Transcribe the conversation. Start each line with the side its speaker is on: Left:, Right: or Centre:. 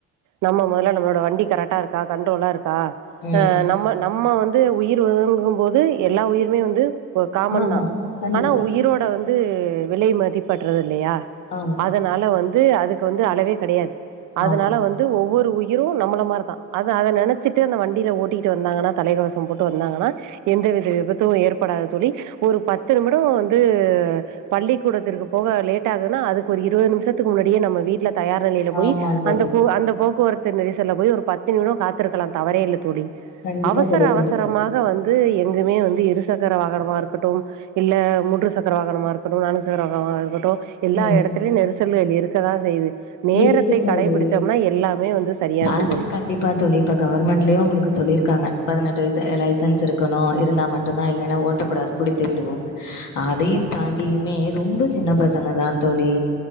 Right: நம்ம மொதல்ல நம்மளோட வண்டி கரெக்டா இருக்கா கண்ட்ரோலா இருக்கா
Left: ம்.
Right: ஆ நம்ம நம்ம வந்து உயிர் வேணுங்கும் போது எல்லா உயிருமே வந்து கா காமன்
Left: ஆமா.
Right: தா
Left: கண்டிப்பா.
Right: ஆனா உயிரோட வந் து விலை மதிப்பற்றது இல்லையா
Left: ஆமா,
Right: அதனால வந்து அதுக்கு வந்து அளவே கெடையாது அதனால
Left: ஆமா,
Right: வந்து ஒவ்வொரு உயிரு நம்மள மாரி தா அது அத நெனச் ச்சிட்டு அந்த வண்டில ஓட்டிகிட்டு வந்தாங்கன்னா தலைக்கவசோ போட்டு வந்தாங்கன்னா எந்தவித விபத்து ஏற்படாது தோழி ஒரு பத்து நிமிடோ வந்து பள்ளிக்கூடத்திற்க்கு போவ லேட்டாகுதுன்னா அதுக்கு ஒரு இருவது நிமிஷத்துக்கு முன்னாடியே நம்ம வீட்ல தயார் நிலையில போய்
Left: ஆமா தோழி.
Right: அந்த கூ அந்த போக்குவரத்து நெரிசல்ல போய் ஒரு பத்து நிமிடோ காத்து இருக்கலா தவறே இல்ல தோழி
Left: கண்டிப்பா
Right: அவசர
Left: தோழி,
Right: அவசரமாக
Left: கண்டிப்பா.
Right: வந் து எங்குமே வந்து இருசக்கர வாகனமா இருக்கட்டும் இல்ல மூன்று சக்கர வாகனமா இருக்கட்டு நான்கு சக்கர வாகனமா இருக்கட்டு எல்லா
Left: ம்.
Right: எடத்துலயு நெரிசல்கள் இருக்கதா செய்து நேரத்தை
Left: இருக்கு தோழி.
Right: கடைபிடிச்சோம்னா எல்லாமே வந்து சரியா இருக்கு
Left: அது
Right: தோழி
Left: கண்டிப்பா தோழி இப்ப கவர்மெண்ட்லயே உங்களுக்கு சொல்லிருக்காங்க பதினெட்டு வயசு லைசன்ஸ் இருக்கணு இருந்தா மட் டுந்தா இல்லன்னா ஓட்டக்கூடாது புடித்து விடுவோம்னு அதயு தாண்டியுமே ரொம்ப சின்ன பசங்க தான் தோழி